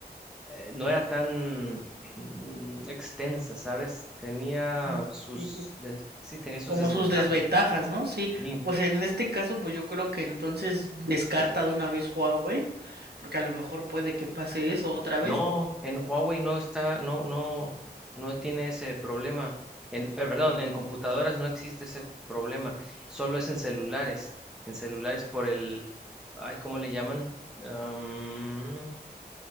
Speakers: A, in the centre; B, on the right.
A: eh, no era tan mm, extensa, ¿sabes? Tenía
B: Ujú.
A: sus,
B: Sí, sí.
A: des- sí, tenía sus
B: Como
A: desventajas.
B: sus desventajas, ¿no? Sí,
A: Sí,
B: pues en este caso, pues yo creo que entonces descarta de una vez Huawei, porque a lo mejor puede que pase eso otra vez.
A: no, en Huawei no está, no, no, no tiene ese problema. En, pe- perdón, en computadoras no existe ese problema, solo es en celulares, en celulares por el, ay, ¿cómo le llaman? Am,